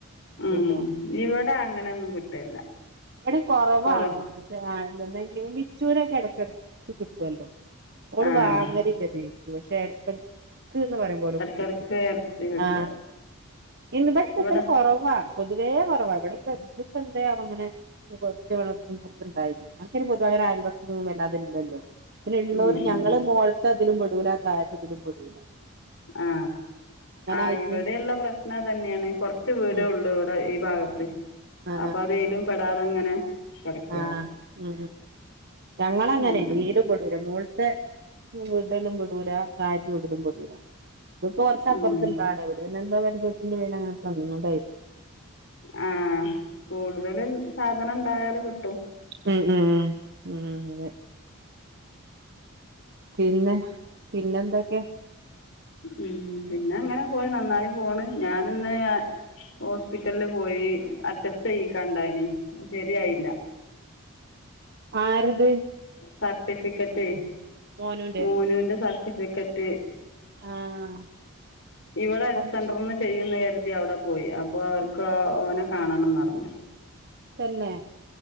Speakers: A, on the left; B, on the right.
A: ഉം
B: പിന്നെ
A: ഇവിടെ അങ്ങനെയൊന്നും കിട്ടുകയില്ല
B: ഇവടെ കൊറവാണ്
A: കുറവ്
B: പശെ അ <unintelligible> മിച്ചൂരക്ക കടക്കിടക്ക ക്ക് കിട്ടുമല്ലോ ഓള്
A: ആ
B: വാങ്ങലില്ല മി പക്ഷേ ഇടകന്നു പറയുമ്പോലോ
A: ഇടയ്ക്കിടയ്ക്ക്
B: കിട്ടും
A: ഇറച്ചി കിട്ടും
B: ആ ഇന്നിവിടെ
A: ഇവിടെ
B: ഉതോലെ കുറവാ പൊതുവേ കുറവാ ഇവിടെ ഇ എപ്പ എന്ത അങ്ങനെ കുറച്ചുണ്ടായി അനക്ക പൊതുവകര ആയൽവക്കൊന്നും വല്ലതതില്ലല്ലോ പി എണ്ണൂര്
A: ഉം
B: ഞങ്ങള്
A: ഉം
B: മോളത്തെ ഇതിലും പെടുല ആ തായത്തത്തിലും പെടുല
A: ആ ആ
B: ആയിട്ട്
A: ഇവിടെയുള്ള പ്രശ്നം തന്നെയാണ് കൊറച്ച് വീടേ
B: ഉം
A: ഉള്ളൂ ഇവിടെ ഈ ഭാഗത്ത്
B: ആ
A: അപ്പോൾ അത് ഏതിലും പെടാതെ ഇങ്ങനെ കിടക്കുകയാണ്
B: ആ ഉ ഞങ്ങ അങ്ങനെ
A: ഉം
B: നീലും പെടൂല മോളത്തെ വിടലും പടൂല കാറ്റ് വിടലും പടൂല ഇത്റച്ചപ്പറത്തില്ലാണ്
A: ഉം
B: ഇവര് എന്താ <unintelligible> അങ്ങനെ തന്നതെ
A: ആ കൂടുതലും സാധനം ഉണ്ടായല് കിട്ടും
B: ഉം ഉം ഉം അതെ പിന്നെ പിന്നെന്തൊക്കെയ
A: ഉം പിന്നെ അങ്ങനെ പോയി നന്നായി പോണ് ഞാന് ഇന്ന് ഹോസ്പിറ്റലില് പോയി അറ്റസ്റ്റ് ചെയ്യിക്കാണ്ടായിന് ശരിയായില്ല
B: ആരത്?
A: സർട്ടിഫിക്കറ്റ്
B: മോനുന്റെ
A: മോനുവിന്റെ സർ സർട്ടിഫിക്കേറ്റ്
B: ആഹ്
A: ഇവിടെ
B: അത്
A: സെന്റർന്ന് ചെയ്യുന്ന അ അവിടെ പോയി അപ്പൊ അവർക്ക് ഓനെ കാണണംന്ന്റിഞ്ഞു
B: തന്നെ